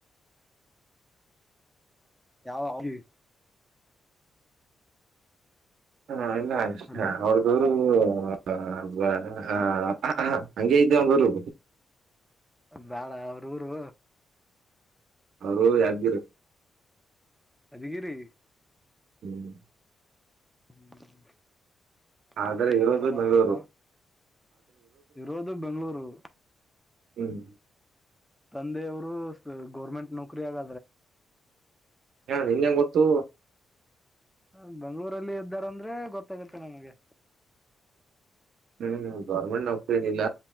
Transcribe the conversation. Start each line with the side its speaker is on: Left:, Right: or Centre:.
Centre: ಯಾವ ಹಾಬಿ.
Right: ಹಾ ಇಲ್ಲ ಇಷ್ಟ
Centre: ಹಲೋ
Right: ಅವ್ರದು ಆ ಬಾ ಆ ಆ ಹಂಗೆ ಇದ್ದ ಗುರು.
Centre: ಬಾಳ ಅವ್ರ ಊರು.
Right: ಅವರ್ ಊರು ಯಾದಗಿರ.
Centre: ಯಾದಗಿರಿ.
Right: ಹ್ಮ್
Centre: ಹ್ಮ್
Right: ಆದ್ರೆ
Centre: ಮತ್ತೆ
Right: ಇರೋದು
Centre: ಏನ್ ಸಮಾಚಾರ.
Right: ಬೆಂಗಳೂರು
Centre: ಇರೋದು ಬೆಂಗಳೂರು.
Right: ಹ್ಮ್
Centre: ಒಂದೆ ಊರು ಸ ಗೌರ್ಮೆಂಟ್ ನೌಕರಿ ಆಗ
Right: ಹ ನಿಂಗ್ ಹೆಂಗ್ ಗೊತ್ತು.
Centre: ಅ ಬೆಂಗಳೂರಲ್ಲಿ ಇದ್ದಾರ ಅಂದ್ರೆ ಗೊತ್ತಾಗುತ್ತೆ ನಮಗೆ.
Right: ಹ್ಮ್ ಗೌರ್ಮೆಂಟ್ ನೌಕರಿ ಏನಿಲ್ಲ